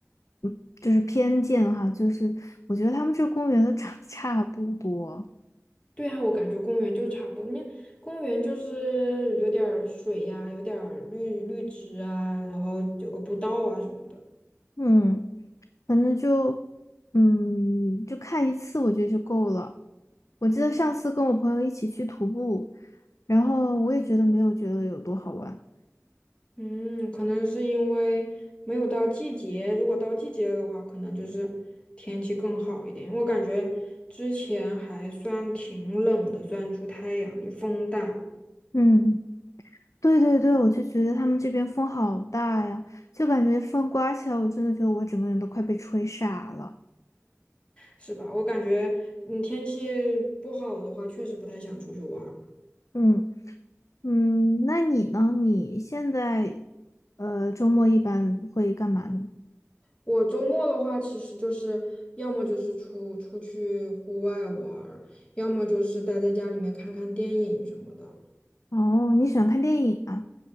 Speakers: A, on the left; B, on the left.
A: 嗯，就是偏见哈，就是我觉得他们这公园都 <laughs> 长得差不多，
B: 对啊，我感觉公园就差不多，那公园就是有点儿水呀、有点儿绿绿植啊，然后有个步道啊什么的。
A: 嗯。反正就，嗯，就看一次，我觉得就够了。我记得上次跟我朋友一起去徒步，
B: 嗯。
A: 然后我也觉得没有觉得有多好玩。
B: 嗯，可能是因为没有到季节，如果到季节的话，可能就是天气更好一点。我感觉之前还算挺冷的，虽然出太阳，风大，
A: 嗯，对对对，我就觉得他们这边风好大呀，就感觉风刮起来，我真的觉得我整个人都快被吹傻了。
B: 是吧？我感觉，嗯，天气不好的话，确实不太想出去玩儿
A: 嗯嗯，那你呢？你现在呃周末一般会干嘛呢？
B: 我周末的话，其实就是要么就是出出去户外玩儿要么就是待在家里面看看电影什么的。
A: 哦，你喜欢看电影啊？